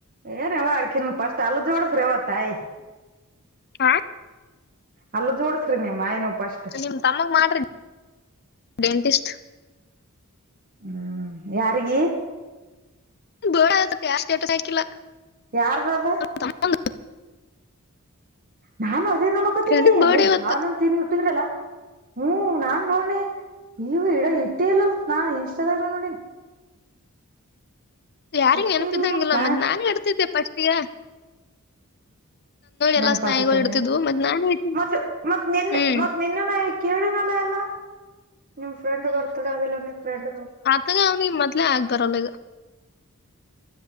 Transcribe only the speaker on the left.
ಹಾ
ನಿಮ್ ತಮ್ಮಗ್ ಮಾಡ್ರಿ ಡೆಂಟಿಸ್ಟ್
ಬೇಳ ಆಯ್ತ್ ಯಾರ್ ಸ್ಟೇಟಸ್ ಹಾಕಿಲ್ಲ
<unintelligible>
ಪ್ರದೀಪ್ ಬೇಡ
ಇವತ್ತು
ಯಾರಿಂಗ್
ನೆಪಿದಂಗಿಲ್ಲ
ಮತ್ ನಾನೆ ಹಿಡ್ತಿದ್ದೆ ಪಸ್ಟ್ ಈಗ
ಎಲ್ಲಾ ಸ್ನಾಯಿಗಳು
ಇಡ್ತಿದ್ವು ಮತ್ ನಾನೇ ಇಟ್ನಿ
ಹ್ಮ್
ತಗೋಅವ್ನಿಗೆ ಮೊದ್ಲೆ ಆಗ್ಬಾರಲ್ಲ ಈಗ.